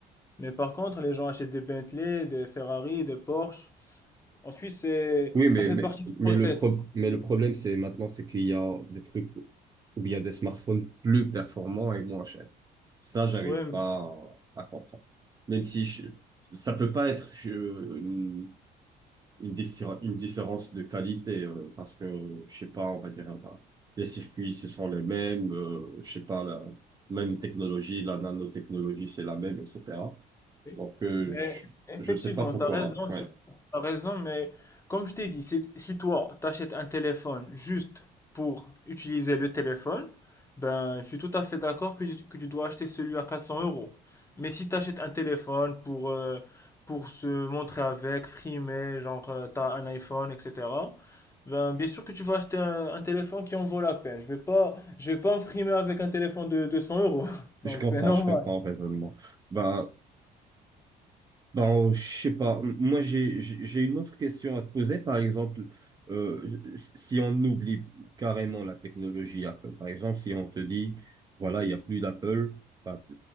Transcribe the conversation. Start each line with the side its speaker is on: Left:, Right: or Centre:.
Left: Mais par contre, les gens achètent des Bentley, des Ferrari, des Porsche. Ensuite, c'est,
Right: Oui, mais,
Left: ça fait
Right: mais,
Left: partie du process.
Right: mais le pro, mais le problème, c'est maintenant, c'est qu'il y a des trucs, ou bien des smartphones plus performants et moins chers. Ça, j'arrive
Left: Ouais,
Right: pas à, à comprendre. Même si je, ça peut pas être, je, une, diffé- une différence de qualité euh, parce que je sais pas on va dire bah, les circuits ce sont les mêmes euh, je sais pas la même technologie la nanotechnologie c'est la même etc
Left: Oui.
Right: donc euh,
Left: Mais
Right: je
Left: effectivement,
Right: je sais pas pourquoi
Left: tu as raison, tu
Right: ouais
Left: as raison, mais comme je t'ai dit, si, si toi, t'achètes un téléphone juste pour utiliser le téléphone, ben, je suis tout à fait d'accord que, tu- que tu dois acheter celui à 400 euros. Mais si tu achètes un téléphone pour, euh, pour se montrer avec, frimer, genre, euh, t'as un iPhone, etc., ben, bien sûr que tu vas acheter un, un téléphone qui en vaut la peine. Je vais pas, je vais pas me frimer avec un téléphone de 200 euros. <laughs>
Right: je
Left: Donc,
Right: comprends
Left: c'est normal.
Right: je comprends le raisonnement ben Ben, euh, je sais pas. Moi, j'ai j'ai j'ai une autre question à te poser. Par exemple, euh, si on oublie carrément la technologie Apple, par exemple, si on te dit, voilà, il n'y a plus d'Apple, bah,